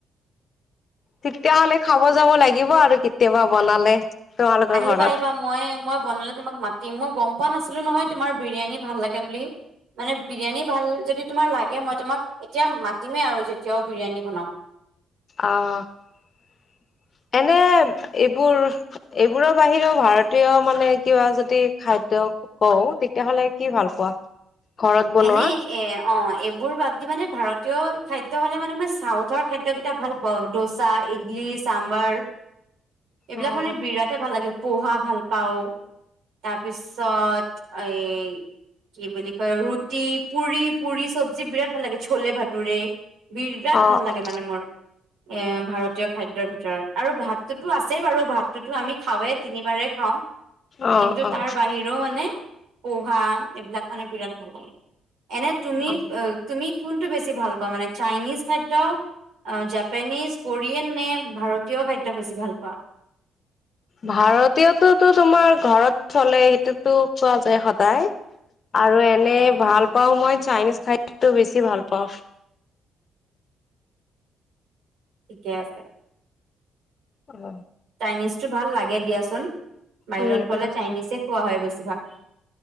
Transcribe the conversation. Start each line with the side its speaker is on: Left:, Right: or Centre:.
Left: তেতিয়াহলে খাব যাব লাগিব আৰু কেতিয়াবা বনালে। তোমালোকৰ
Right: আহিবা
Left: ঘৰত।
Right: আহিবা মই মই বনালে তোমাক মাতিম মই গম প পোৱা নাছিলো নহয় তোমাৰ বিৰিয়ানী ভাল লাগে বুলি। মানে বিৰিয়ানী ভাল যদি তোমাৰ লাগে মই তোমাক এতিয়া মাতিমেই আৰু যেতিয়াও বিৰিয়ানী বনাও।
Left: আহ এনে এইবোৰ এইবোৰৰ বাহিৰেও ভাৰতীয় মানে কিবা যদি খাদ্য কওঁ তেতিয়াহলে কি ভাল পোৱা? ঘৰত বনোৱা
Right: এনেই এ অ' বোৰ বাদ দি মানে ভাৰতীয় খাদ্য হ'লে মানে মই চাউথৰ খাদ্যকেইটা ভাল পাওঁ দোচা ইডলি চাম্বাৰ। এইবিলাক
Left: অ',
Right: মানে বিৰাটে ভাল লাগে। পোহা ভাল পাওঁ তাৰপিছত এ কি বুলি কয় ৰুট ৰু পুৰি পুৰি চব্জি বিৰাট ভাল লাগে চোলে ভাটুৰে। বিৰাট
Left: অ',
Right: ভাল লাগে
Left: অ',
Right: মানে মোৰ। এ ভাৰতীয় খাদ্যৰ ভিতৰত আৰু ভাতটোতো আছেই বাৰু ভাতটোতো আমি খাওঁৱে তিনিবাৰে খাওঁ।
Left: অ',
Right: কিন্তু
Left: অ',
Right: তাৰ বাহিৰেও মানে পোহা এইবিলাক মানে বিৰাট ভাল লাগে। এনে তুমি
Left: অ'।
Right: তুমি কোনটো বেছি ভাল পোৱ মানে চাইনিজ খাদ্য জাপানিজ কোৰিয়ান নে ভাৰতীয় খাদ্য বেছি ভাল পোৱা?
Left: ভাৰতীয়ততো তোমাৰ ঘৰত চলে সেইটোতো খোৱা যায় সদায় আৰু এনে ভাল পাও মই চাইনিজ খাদ্যটো বেছি ভাল পাওঁ।
Right: ঠিকে আছে।
Left: অ'।
Right: চাইনিজটো ভাল লাগে দিয়াচোন। বাহিৰত
Left: উম,
Right: গ'লে
Left: উম,
Right: চাইনিজে খোৱা হয় বেছি কিবাহ